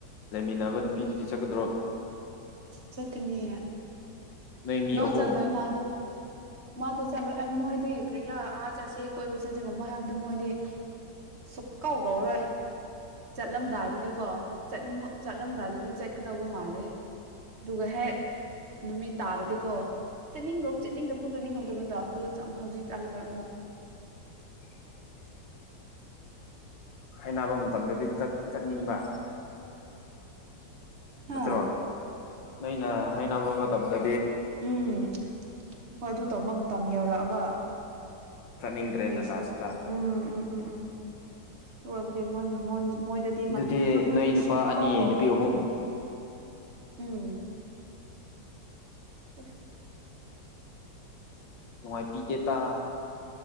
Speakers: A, on the left; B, on the right.
A: ꯂꯩꯃꯤꯟꯅꯕ ꯅꯨꯄꯤꯗꯨꯗꯤ ꯆꯠꯀꯗ꯭ꯔꯣ
B: ꯆꯠꯀꯅꯤ
A: ꯅꯣꯏ ꯃꯤ
B: ꯅꯣ
A: ꯑꯍꯨꯝ
B: ꯆꯠꯂꯣꯢ ꯃꯥꯗꯨ ꯃꯥꯗꯨ ꯆꯂꯣ ꯑꯦ ꯃꯣꯏꯗꯤ ꯀ꯭ꯔꯤꯔꯥ ꯑꯥ ꯆꯠꯁꯦ ꯀꯣꯏꯕ ꯆꯠꯁꯤꯒꯨꯝꯕ ꯍꯥꯏꯕꯗ ꯃꯣꯏꯗꯤ ꯁꯨꯛꯀꯧ ꯀꯧꯔꯣꯢ ꯆꯠꯂꯝꯗꯥꯏꯁꯤꯗꯤ ꯀꯣ ꯆꯠꯅꯤꯡ ꯆꯠꯂꯝꯗꯥꯏꯗꯗꯤ ꯆꯠꯀꯗꯧꯕ ꯃꯥꯜꯂꯦ ꯑꯗꯨꯒ ꯍꯦꯛ ꯅꯨꯃꯤꯠ ꯇꯥꯔꯗꯤꯀꯣ ꯆꯠꯅꯤꯡꯒꯨꯝ ꯆꯠꯅꯤꯡꯗꯒꯨꯝ ꯆꯠꯅꯤꯡꯉꯧꯗꯕꯗꯣ ꯍꯧꯖꯤꯛ ꯆꯠꯂꯔꯣꯢ ꯑꯃꯨꯛ
A: <inaudible> ꯍꯥꯏꯅꯕ ꯃꯇꯝꯗꯗꯤ ꯆꯠ ꯆꯠꯅꯤꯡꯕ ꯅꯠꯇ꯭ꯔꯣ
B: ꯍꯥ
A: ꯅꯣꯢꯅ ꯍꯥꯏꯅꯕ ꯃꯇꯝꯗ
B: ꯎꯝ ꯍꯣꯏ ꯑꯗꯨ ꯇꯧꯕ ꯃꯇꯝ ꯌꯧꯔꯛꯑꯒ
A: ꯆꯠꯅꯤꯡꯗ꯭ꯔꯦꯅ
B: ꯀꯔꯤꯁꯨ
A: ꯂꯥꯁꯇ
B: ꯎꯝ ꯎꯝ ꯎꯝ ꯎꯝ ꯑꯗꯨ ꯑꯣꯏꯕꯒꯤ ꯃꯣꯢ ꯃꯣꯢ ꯃꯣꯏꯗꯗꯤ
A: ꯑꯗꯨꯗꯤ
B: ꯃꯊꯪꯗꯗꯤ
A: ꯅꯣꯏ ꯅꯨꯄꯥ
B: ꯁꯨꯛꯀꯧ
A: ꯑꯅꯤ
B: ꯀꯧꯔꯣꯏ
A: ꯅꯨꯄꯤ ꯑꯍꯨꯝ
B: ꯎꯝ ꯑꯣꯐ
A: ꯅꯨꯉꯥꯏꯄꯤꯇꯦꯇꯥ